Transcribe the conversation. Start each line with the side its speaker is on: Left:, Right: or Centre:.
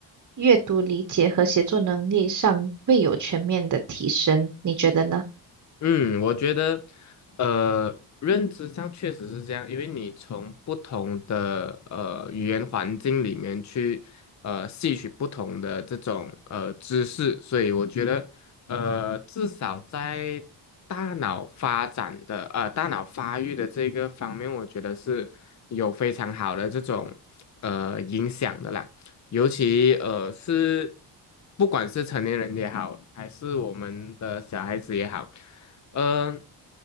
Right: 阅读理解和写作能力上会有全面的提升，你觉得呢？
Left: 嗯，我觉得，呃，认知上确实是这样，因为你从不同的呃语言环境里面去呃吸取不同的这种呃知识，所以我觉得，呃，至少在大脑发展的呃大脑发育的这个方面，我觉得是有非常好的这种呃影响的啦。尤其呃是不管是成年人也好，还是我们的小孩子也好，嗯、